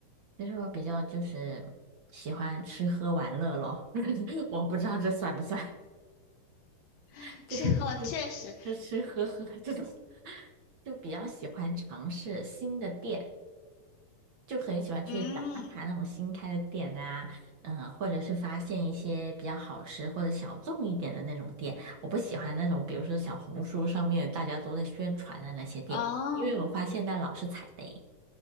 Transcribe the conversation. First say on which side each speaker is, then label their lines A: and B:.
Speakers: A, on the right; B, on the left.
A: 就是我比较就是喜欢吃喝玩乐咯，<laughs> 我不知道这算不算，
B: <laughs>
A: <laughs> 就是吃吃吃喝喝这种，
B: 这个我确实，
A: <laughs> 就比较喜欢尝试新的店。就很喜欢去打卡那种新开的店呐，
B: 嗯，
A: 嗯，或者是发现一些比较好吃或者小众一点的那种店。我不喜欢那种，比如说小红书上面大家都在宣传的那些店，
B: 哦。
A: 因为我发现那老是踩雷。